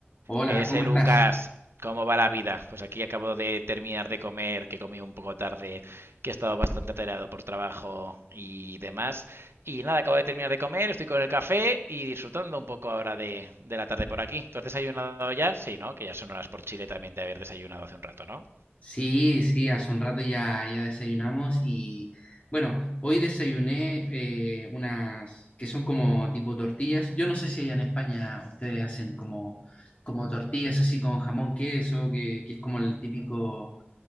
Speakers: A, on the left (about 35°); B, on the right (about 85°).
A: Hola,
B: Ese
A: ¿cómo
B: Lucas,
A: estás?
B: ¿cómo va la vida? Pues aquí acabo de terminar de comer, que comí un poco tarde, que he estado bastante atareado por trabajo y demás. Y nada, acabo de terminar de comer, estoy con el café y disfrutando un poco ahora de, de la tarde por aquí. ¿Tú has desayunado ya? Sí, ¿no? Que ya son horas por Chile también de haber desayunado hace un rato, ¿no?
A: Sí, sí, hace un rato ya, ya desayunamos y bueno, hoy desayuné eh, unas que son como tipo tortillas. Yo no sé si allá en España ustedes hacen como, como tortillas así con jamón, queso, que, que es como el típico,